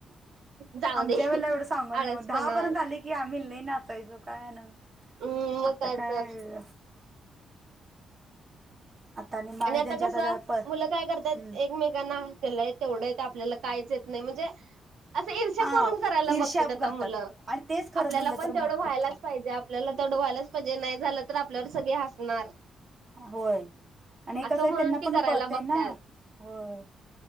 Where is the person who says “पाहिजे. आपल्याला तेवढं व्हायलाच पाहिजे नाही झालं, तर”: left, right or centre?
Right